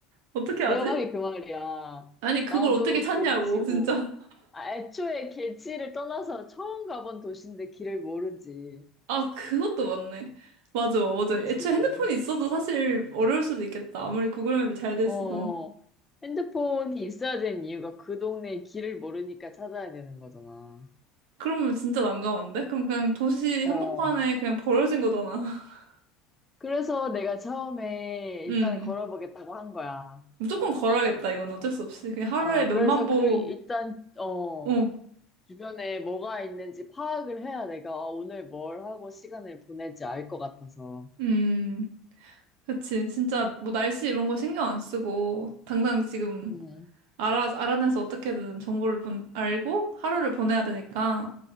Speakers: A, on the right; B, on the left.
A: 어떻게
B: 내
A: 하지?
B: 말이 그 말이야.
A: 아니, 그걸
B: 나도
A: 어떻게 찾냐고,
B: 길치고.
A: <laughs> 진짜.
B: 아, 애초에 길치를 떠나서 처음 가본 도시인데 길을 모르지.
A: 아, 그것도 맞네. 맞아, 맞아.
B: 그치.
A: 애초에 핸드폰이 있어도 사실 어려울 수도 있겠다. 아무리 구글맵이 잘 돼
B: 어,
A: 있어도.
B: 어. 핸드폰이 있어야 되는 이유가 그 동네의 길을 모르니까 찾아야 되는 거잖아.
A: 그러면 진짜 난감한데? 그럼 그냥 도시
B: 어.
A: 한복판에 그냥 버려진 거잖아. <laughs>
B: 그래서 내가 처음에 일단
A: 음.
B: 걸어보겠다고 한 거야.
A: 무조건 걸어야겠다, 이건 어쩔 수 없이. 그냥
B: 어,
A: 하루에 몇만
B: 그래서
A: 보,
B: 그, 일단, 어,
A: 어,
B: 주변에 뭐가 있는지 파악을 해야 내가 어, 오늘 뭘 하고 시간을 보낼지 알 것 같아서.
A: 음, 그치. 진짜 뭐 날씨 이런 거 신경 안 쓰고, 당장 지금
B: 음.
A: 알아, 알아내서 어떻게든 정보를 본, 알고 하루를 보내야 되니까,